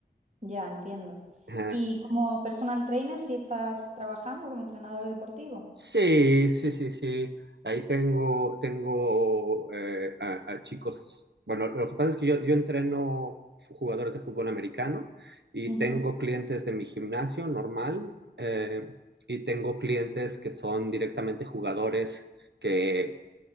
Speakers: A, on the right (about 40°); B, on the right (about 70°).
A: Ya, entiendo.
B: Ajá.
A: ¿Y como personal trainer, si estás trabajando como entrenador deportivo?
B: Sí, sí, sí, sí. Ahí tengo, tengo eh, a, a chicos. Bueno, lo que pasa es que yo, yo entreno jugadores de fútbol americano y
A: Ujú.
B: tengo clientes de mi gimnasio normal eh, y tengo clientes que son directamente jugadores que